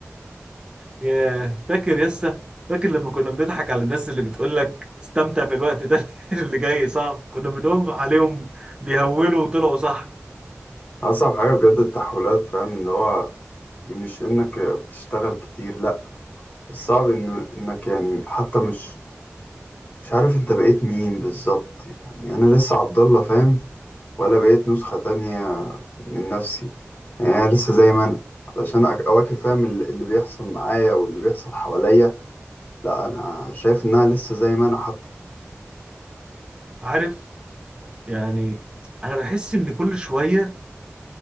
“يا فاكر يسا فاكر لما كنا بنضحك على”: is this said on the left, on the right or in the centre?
Right